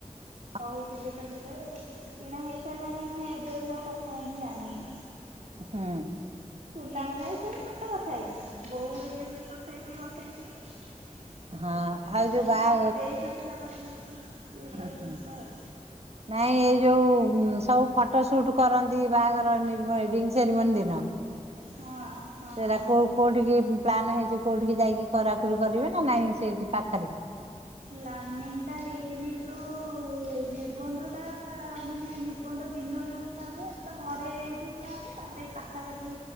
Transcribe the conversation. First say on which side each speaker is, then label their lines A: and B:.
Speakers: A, on the right; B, on the right.
A: ହ
B: କହୁଥିଲେ ତ ସେବେ। କିଣା ହେଇ ସାରିଲାଣି ନା ନାହିଁ ଏବେ ମୁଁ ଆଉ କଥା ହେଇନି ଜାଣିନି।
A: ହୁଁ।
B: ସୁନା ଫୁନା ବିଷୟରେ ମୁଁ ଏତେ କଥା ହେଇନି। ବୋଉ ଘରିକା ଯଦି କଥା ହେଇଥିବେ କଥା ହେଇଥିବେ।
A: ହଁ
B: ମୁଁ
A: ଆଉ
B: ଖାଲି
A: ଯୋଉ ବାହା
B: <unintelligible> କଥା ହେଇଥିଲି। ଏସବୁ
A: ଉଁହୁଁ
B: ଜିନିଷ ଆଉ।
A: ନାଇଁ ଏଇ ଯୋଉ ଉଁ ସବ୍ ଫଟୋ ସୁଟ୍ କରନ୍ତି ବାହାଘର ନିର୍ବ ରିଙ୍ଗ ସେରିମନି ଦିନ
B: ହଁ ହଁ।
A: ସେଇଟା କୋଉ କୋଉଠିକି ପ୍ଲାନ୍ ହେଇଛି କୋଉଠିକି ଯାଇକି କରାକରି କରିବେ ନା ନାଇଁ ସେଇଠି ପାଖେରେ?
B: ପ୍ଲାନିଂଟା ହେଇନି ଯୋଉ ନିର୍ବନ୍ଧଟା ମାନେ ନିର୍ ବନ୍ଧ ଦିନ ଯୋଉ ଉଠା ହୁଏ ଏଇଟା ତ ଘରେ ଏଇଠି ଉଠା ହୁଏ। ତା ପରେ ଏଇ ପାଖାପାଖି